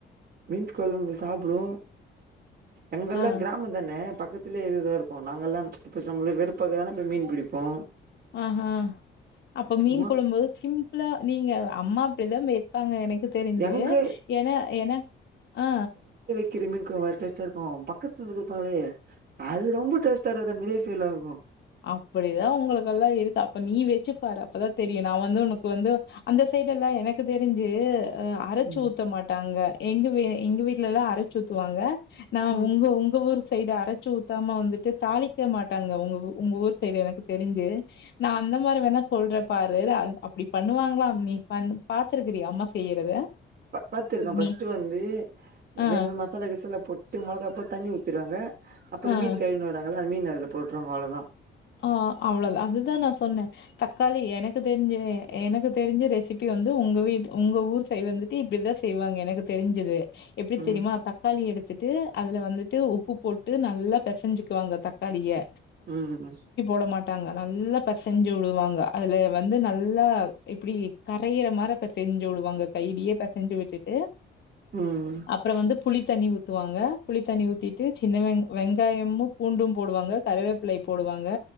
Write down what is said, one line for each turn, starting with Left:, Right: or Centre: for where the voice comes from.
Right: மீன் கொழம்பு சாப்ப்டுவோ எங்கெல்லா
Left: ஆ.
Right: கிராம தானே பக்கத்துலே இதுதா இருக்கு நாங்கல்லா இப்ப நம்மள வெறுப்பக்க தான போய் மீன் பிடிப்போ
Left: ஆ ஹா அப்ப
Right: சும்மா
Left: மீன் குழம்பு சிம்பிளா நீங்க அம்மா ப்பிதா வைப்பாங்க எனக்கு தெரிஞ்சு
Right: எங்க
Left: என என ஆ
Right: க்கிற மீன் கொழம்பு வேற டேஸ்ல இருக்கு பக்கத்துல இருந்துருப்பாங்களே அது ரொம்ப டேஸ்டா இரு ந்த மேரி ஃபீல் ஆகு
Left: அப்புடிதா உங்களுக்கெல்லா இருக்கு அப்ப நீ வச் சுப்பாரு அப்பதா தெரியு நா வந்து உனக் வந்து அந்த சைட் எல்லா எனக் கு தெருஞ்சு அரச்சு
Right: ம்
Left: ஊத்த மாட்டாங்க எங்க வி எங்க வீட்லல்லா அரைச்சு ஊத்துவாங்க நா
Right: ம்
Left: உங்க உங்க ஊரு சைடு அரச்சு ஊத்தாம வந்துட்டு தாளிக்க மாட்டாங்க அவுங்க உங்க ஊர் சைடு எனக்கு தெரிஞ்சு நா அந்த மாரி வேணா சொல்றே பாரு அப்டி பண்ணுவாங்களா அ நீ பன் பாத்துருக்கிறிய அம்மா செய்யறத
Right: ப பாத்துருக்கே
Left: மீ
Right: பஸ்ட்டு வந்து
Left: ஆ,
Right: எதுமே மசாலா கிசாலா போட் எட்டு மிளக போட்தண்ணி ஊத்திருவாங்க அப்புறம்
Left: ஆ.
Right: மீன் கழிவி தராங்கே ஆனா மீன் அதுல போட்ருவாங்க அவ்வளவுதான்
Left: அ அவ்வளவு தான்அதுதான் நான் சொன்னேன் தக்காளி எனக்கு தெரிஞ்சு எனக்கு தெரிஞ்ச ரெசிபி வந்து உங்க வீட்ல உங்க ஊர் சயிடுவந்துட்டு இப்பிடிதான் செய்வாங்க எனக்கு தெரிஞ்சுது எப்படி
Right: ம்
Left: தெரியுமா தக்காளி எடுத் வந்துட்டு அதுல வந்துட்டு உப்பு போட்டு நல்லா பிசைஞ்சுக்குவாங்க தக்காளிய
Right: உம்உ
Left: போ மாட்டாங்க நல்லா பிசைஞ்சு விடுவாங்க அதுல வந்து நல்லா இப்டி கரையிற மாரி பிசைஞ்சு விடுவாங்க கையிலே பிசைஞ்சு விட்டுட்டு
Right: ம்
Left: அப்புறம் வந்து புளி தண்ணி ஊத்துவாங்க புளி தண்ணி ஊத்திட்டு சின்ன வெங் வெங்காயமும் பூண்டும் போடுவாங்க கறிவே பிள்ளை போடுவ இங்க